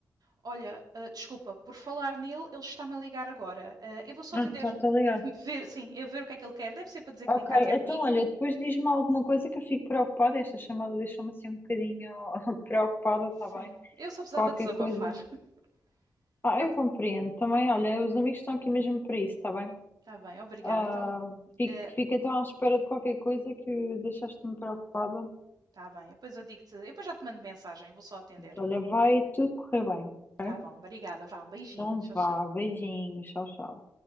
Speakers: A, on the right; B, on the left.
A: Olha, ah, desculpa, por falar nele, ele está-me a ligar agora. Ah, eu vou só
B: Ah,
A: atender,
B: tá, tá ligado.
A: <laughs> ver, sim, eu ver o que é que ele quer. Deve ser para dizer
B: Ok,
A: que vem cá ter
B: então
A: comigo.
B: olha, depois diz-me alguma coisa que eu fico preocupada. Esta chamada deixou-me assim um bocadinho <laughs> preocupada, tá bem?
A: Sim, eu só precisava
B: Qualquer
A: desabafar.
B: coisa.
A: <laughs>
B: Ah,
A: Tá
B: eu compreendo
A: bom,
B: também. Olha, os amigos estão aqui mesmo para isso, tá bem?
A: tá bem, obrigada.
B: Ah,
A: Então,
B: fico,
A: eh,
B: fico então à espera de qualquer coisa que deixaste-me preocupada.
A: tá bem, depois eu digo-te, eu depois já te mando mensagem, vou só atender.
B: Olha, vai tudo correr bem, ok?
A: Tá bom, obrigada, vá, beijinho,
B: Então
A: tchau,
B: vá,
A: tchau.
B: beijinhos, tchau, tchau.